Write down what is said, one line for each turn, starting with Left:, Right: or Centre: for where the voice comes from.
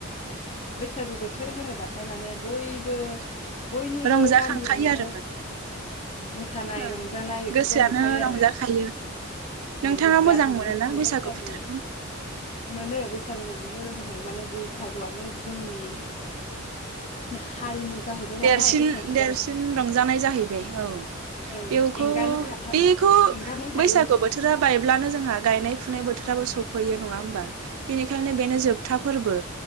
Left: बैसागु बोथोर होनोबाथाय माने बयबो बयनिबो
Right: रंजाखांखायो
Left: गामियावनो
Right: आरो माने
Left: मोसानाय
Right: ओ
Left: रंजानाय बेफोरखौ
Right: गोसोआनो
Left: नुखायो आरो
Right: रंजाखायो नोंथाङा
Left: गोसोआ
Right: मोजां
Left: दुंलोब
Right: मोनोना
Left: दुंलोब
Right: बैसागु
Left: जालायो
Right: बोथोरखौ
Left: मोनो बै <inaudible> औ माने बैसागुआनो जोंनि हारिमु जाहैबाय
Right: देरसिन
Left: नालाय बैसागुआ
Right: देरसिन रंजानाय जाहैबाय औ
Left: ओं
Right: बेखौ
Left: एंगारनो हाथाव
Right: बेखौ
Left: एंगारनो हायै
Right: बैसागु बोथोरा बायब्लानो जोंहा गायनाय फुनाय बोथोराबो सफैयो नङा हबा बिनि बेंखायनो बेनो जोबथा फोरबो